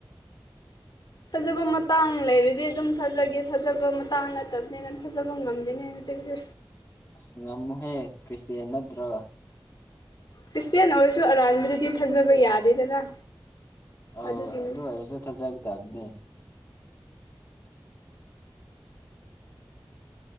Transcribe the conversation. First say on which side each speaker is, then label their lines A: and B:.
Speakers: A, on the left; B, on the left.
A: ꯊꯥꯖꯕ ꯃꯇꯥꯡ ꯂꯩꯔꯗꯤ ꯑꯗꯨꯝ ꯊꯥꯖꯒꯦ ꯊꯥꯖꯕ ꯃꯇꯥꯡ ꯅꯠꯇꯕꯅꯤꯅ ꯊꯥꯖꯕ ꯉꯝꯗꯦꯅꯦ ꯍꯧꯖꯤꯛꯇꯤ
B: ꯑꯁ ꯉꯝꯃ‌ꯣꯍꯦ ꯀ꯭ꯔꯤꯁꯇꯌꯥ ꯅꯠꯇ꯭ꯔꯣ
A: ꯈ꯭ꯔꯤꯁꯇꯌꯥꯟ ꯑꯣꯏꯔꯁꯨ ꯑꯔꯥꯟꯕꯗꯗꯤ ꯊꯥꯖꯕ ꯌꯥꯗꯦꯗꯅ
B: ꯑꯧ
A: ꯑꯗꯨꯒꯤꯅꯤ
B: ꯑꯗꯨ ꯑꯣꯏꯔꯁꯨ ꯊꯥꯖꯒꯗꯕꯅꯦ